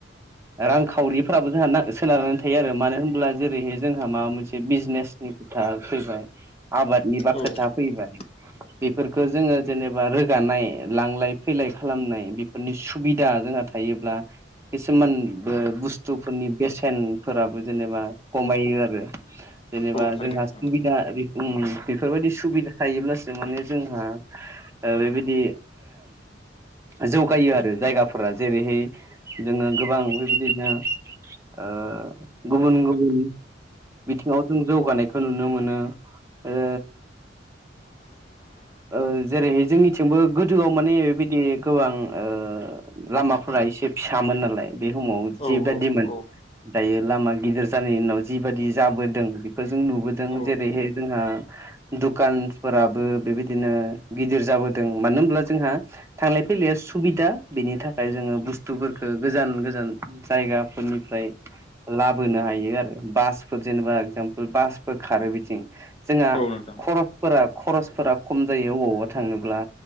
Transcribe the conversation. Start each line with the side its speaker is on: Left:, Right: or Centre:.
Right: रांखावरि फोराबो जोंहा सोनारनानै थायो आरो मानो होनब्ला जेरैहाय जोंहा माबा मोनसे बिजनेसनि खोथा फैबाय आबादनिबो
Left: औ
Right: खोथा फैबाय
Left: <inaudible>
Right: बेफोरखौ जोङो जेनेबा रोगानाय लांलाय फैलाय खालामनाय बेफोरनि सुबिदा जोंहा थायो थायोब्ला किसुमान बो बस्थु बुस्थुफोरनि बेसेनफोराबो जेनेबा खमायो आरो जेनेबा
Left: औ थारैनो
Right: जोंहा
Left: नोंथां
Right: सुबिदा
Left: औ
Right: ओम बेफोरबायदि सुबिदा थायोब्लासो माने जोंहा ओ बेबायदि जौगायो आरो जायगाफोरा जेरैहाय जोङो गोबां बेबायदिनो ओ गुबुन गुबुन बिथिङाव जों जौगानायखौ नुनो मोनो ओ
Left: <inaudible>
Right: ओ जेरैहाय जोंनिथिंबो गोदोआव माने बेबायदि गोबां ओ लामाफोरा एसे फिसामोन नालाय बे समाव जे
Left: औ
Right: मोन
Left: औ
Right: दायो लामा गिदिर जानायनि उनाव जिबादि जाबोदों बेखौ जों नुबोदों
Left: औ
Right: जेरैहाय जोंहा दखानफोराबो बेबायदिनो गिदिर जाबोदों मानो होनब्ला जोंहा थांलाय फैलाय सुबिदा बेनि थाखाय जोङो बुस्थुफोरखौ गोजान गोजान जायगाफोरनिफ्राय लाबोनो हायो आरो बासफोर जेनेबा इगजामपोल बासफोर खारो बिथिं जोंहा
Left: औ नोंथां
Right: खरसफोरा खरसफोरा खम जायो अबावब्ला थांनोब्ला